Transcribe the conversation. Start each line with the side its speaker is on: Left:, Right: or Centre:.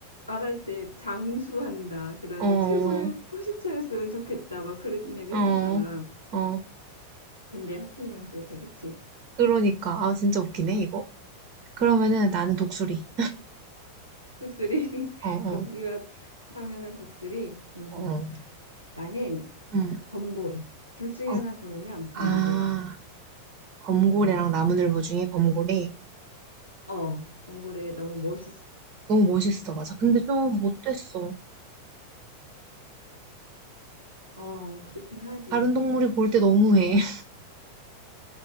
Left: 말할 때 장수한다 그다음에
Right: 어,
Left: 최고의 포식자였으면 좋겠다 막 그런 얘기
Right: 어,
Left: 했었잖아.
Right: 어.
Left: 근데 하필이면 그렇다 그치?
Right: 그러니까, 아, 진짜 웃기네, 이거. 그러면은 나는 독수리.
Left: 독수리
Right: 어, 어,
Left: <laughs> 거북이와 하면은 독수리 음
Right: 어,
Left: 나는
Right: 응
Left: 범고래 둘 중에
Right: 어,
Left: 하나 고르면 범고래
Right: 아, 범고래랑
Left: 어
Right: 나무늘보 중에 범고래.
Left: 어, 범고래 너무 멋있어
Right: 너무 멋있어, 맞아. 근데 좀 못됐어.
Left: 어 그렇긴 하지
Right: 다른 동물이 볼 때 너무해. <laughs>